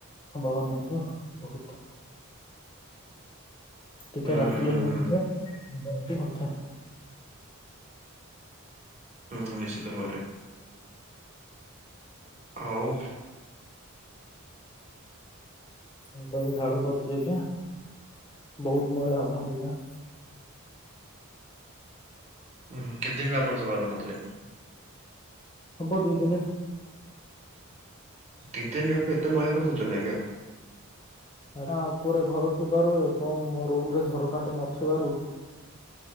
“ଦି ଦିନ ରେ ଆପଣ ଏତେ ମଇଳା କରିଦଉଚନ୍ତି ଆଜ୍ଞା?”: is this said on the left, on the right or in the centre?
Right